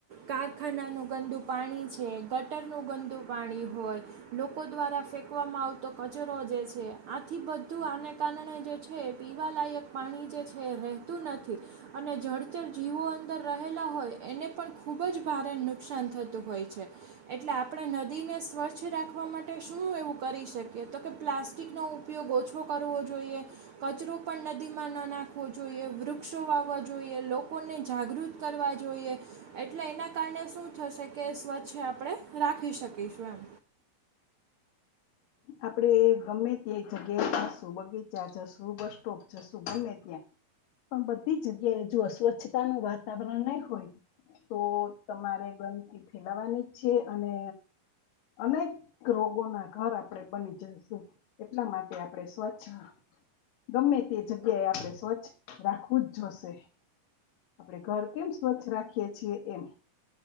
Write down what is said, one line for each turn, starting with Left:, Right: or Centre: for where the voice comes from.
Right: કારખાનાનું ગંદુ પાણી છે ગટરનું ગંદુ પાણી હોય લોકો દ્વારા ફેંકવામાં આવતો કચરો જે છે આથી બધું આને કારણે જે છે એ પીવા લાયક પાણી જે છે રહેતું નથી અને જળચર જીવો અંદર રહેલા હોય એને પણ ખૂબ જ ભારે નુકસાન થતું હોય છે એટલે આપણે નદીને સ્વચ્છ રાખવા માટે શું એવું કરી શકીએ તો કે પ્લાસ્ટિકનો ઉ ઉપયોગ ઓછો કરવો જોઈએ કચરો પણ નદીમાં ન નાખવો જોઈએ વૃક્ષો વાવવા જોઈએ લોકોને જાગૃત કરવા જોઈએ એટલે એના કારણે શું થશે કે સ્વચ્છ આપડે રાખી શકીશું એમ
Left: આપણે ગમે ત્યાં એ જગ્યા જાશું બગીચા જશું બસ સ્ટોપ જશું ગમે ત્યાં. પણ બધી જગ્યાએ જો અસ્વચ્છતા ન વાતાવરણ નહી હોય. તો તમારે ગંદકી ફેલાવાની જ છે અને અનેક રોગોના ઘરે બની જઈશું એટલા માટે આપણે સ્વચ્છ ગમે તે જગ્યાએ આપણે સ્વચ્છ રાખવું જ જોશે. આપડે ઘર કેમ સ્વચ્છ રાખીએ છીએ એમ.